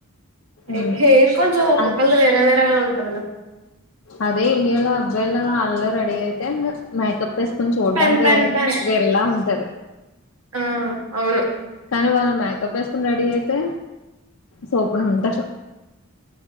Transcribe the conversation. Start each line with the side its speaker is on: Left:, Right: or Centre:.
Right: ఏ
Left: హ్మ్.
Right: హేర్ కొంచం ఒ
Left: అద్
Right: కుక్కల్ ది వేర వేరగా ఉంటదిలే
Left: అదే ఇండియాలో అబ్బాయిలా అల్లా రెడీ అయితే మేకప్ వేసుకొని చూడ్డానికి
Right: పెన్ పెన్ పెన్
Left: వేరేలా ఉంటారు
Right: ఆ అవును
Left: కానీ వాళ్ళు మేకప్ వేసుకుని రెడీ అయితే సూపర్గుంటారు